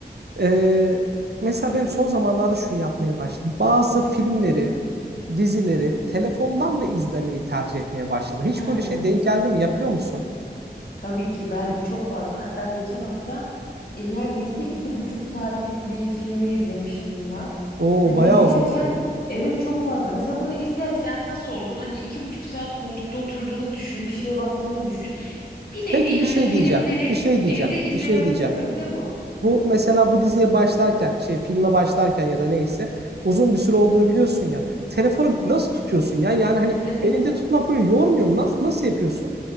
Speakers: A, on the right; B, on the left.
A: e, mesela benim son zamanlarda şunu yapmaya başladım. Bazı filmleri, dizileri telefondan da izlemeyi tercih etmeye başladım. Hiç
B: Hmm.
A: böyle şey denk geldi mi? Yapıyor musun?
B: Tabii ki ben çok fazla hatta geçen hafta e, neredeyse iki buçuk saatlik bir filmi izlemişliğim var.
A: Oo
B: Hani
A: bayağı
B: izlerken
A: uzun süre.
B: evet çok fazla. Mesela bunu izlesen nasıl olur? Hani iki buçuk saat koltukta oturduğunu düşün, bir şeye baktığını düşün. Bir nevi
A: Peki bir
B: hani
A: şey
B: filmleri
A: diyeceğim. Bir şey diyeceğim.
B: evde izlememin
A: Bir şey diyeceğim.
B: sebebi de bu. Hı hı.
A: Bu mesela bu diziye başlarken, şey filme başlarken ya da neyse uzun bir süre olduğunu biliyorsun ya. Telefonu
B: Hı hı.
A: nasıl tutuyorsun ya? Yani hani
B: <laughs>
A: elinde tutmak böyle yormuyor mu? Nasıl nasıl yapıyorsun?